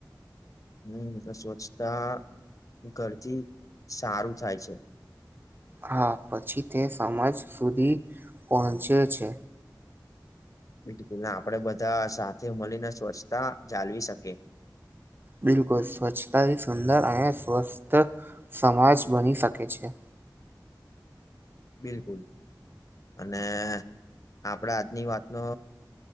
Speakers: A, on the left; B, on the right.
A: હમ સ્વચ્છતા ઘરથી સારું થાય છે.
B: હા પછી તે સમજ સુધી પહોંચે છે.
A: બિલકુલને આપડે બધા સાથે મળીને સ્વચ્છતા જાલવી શકીએ
B: બિલકુલ સ્વચ્છતાથી સુંદર અને સ્વસ્થ સમાજ બની શકે છે.
A: બિલકુલ અને આપડે આજની વાતનો